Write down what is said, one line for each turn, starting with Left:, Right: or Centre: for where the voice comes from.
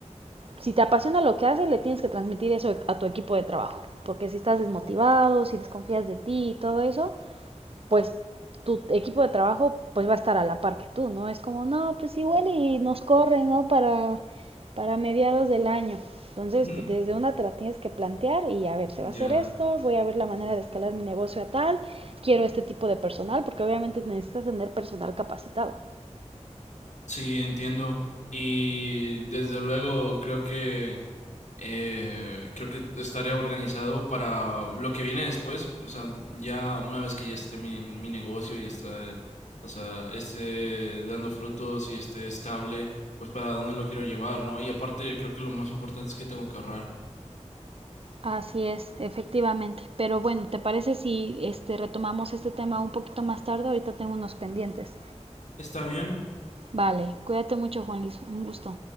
Right: si te apasiona lo que haces, le tienes que transmitir eso a tu equipo de trabajo. Porque si estás desmotivado, si desconfías de ti y todo eso, pues tu equipo de trabajo pues va a estar a la par que tú, ¿no? Es como, no, pues igual y nos corren, ¿no? Para, para mediados del año. Entonces,
Left: <laughs>
Right: desde una te la tienes que plantear y a ver, se
Left: Ya.
Right: va a hacer esto, voy a ver la manera de escalar mi negocio a tal, quiero este tipo de personal, porque obviamente necesitas tener personal capacitado.
Left: Sí, entiendo. Y desde luego creo que eh, creo que estaré organizado para lo que viene después. O sea, ya una vez que ya esté mi, mi negocio y está, eh, o sea, esté dando frutos y esté estable, pues para dónde lo quiero llevar, ¿no? Y aparte creo que lo más importante es que tengo que ahorrar.
Right: Así es, efectivamente. Pero bueno, ¿te parece si este retomamos este tema un poquito más tarde? Ahorita tengo unos pendientes.
Left: Está bien.
Right: Vale, cuídate mucho, Juan Luis. Un gusto.